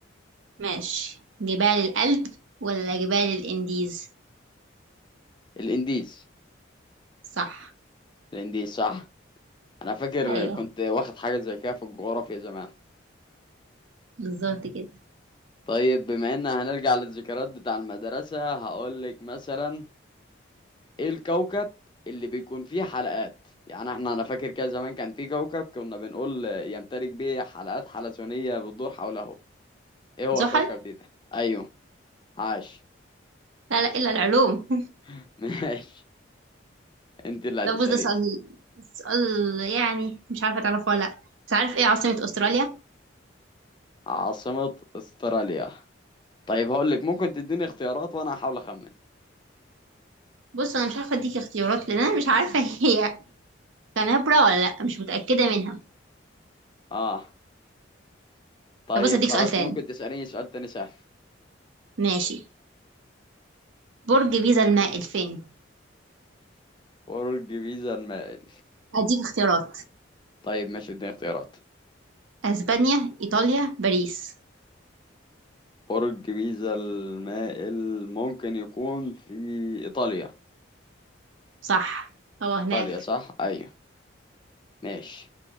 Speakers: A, on the right; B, on the left.
A: ماشي جبال الألب ولا جبال الإنديز؟
B: الانديز
A: صح
B: الانديز صح انا فاكر
A: أيوه
B: كنت واخد حاجة زي كده في الجغرافيا زمان
A: بالظبط كده
B: طيب بما ان هنرجع للذكريات بتاع المدرسة هقولك مثلا ايه الكوكب اللي بيكون فيه حلقات يعني احنا انا فاكر كده زمان كان فيه كوكب كنا بنقول يمتلك بيه حلقات حلزونية بتدور حوله ايه هو
A: زحل؟
B: الكوكب دي ده ايوه عاش
A: لا لا إلا العلوم
B: <laughs> ماشي انت اللي هتسأليني
A: ده بص ده سؤال سؤال يعني مش عارفة تعرفه ولا لأ بس عارف ايه عاصمة استراليا؟
B: عاصمة استراليا طيب هقولك ممكن تديني اختيارات وانا هحاول اخمن
A: بص انا مش عارفة اديك اختيارات لان انا مش عارفة <laughs> هي كانبرا ولا لأ مش متأكدة منها
B: اه طيب
A: طب بص اديك
B: خلاص
A: سؤال تاني
B: ممكن تسأليني سؤال تاني سهل
A: ماشي برج بيزا المائل فين؟
B: برج بيزا المائل
A: اديك اختيارات
B: طيب ماشي اديني اختيارات
A: اسبانيا ايطاليا باريس
B: برج بيزا المائل ممكن يكون في إيطاليا
A: صح هو هناك
B: إيطاليا صح؟ أيوه ماشي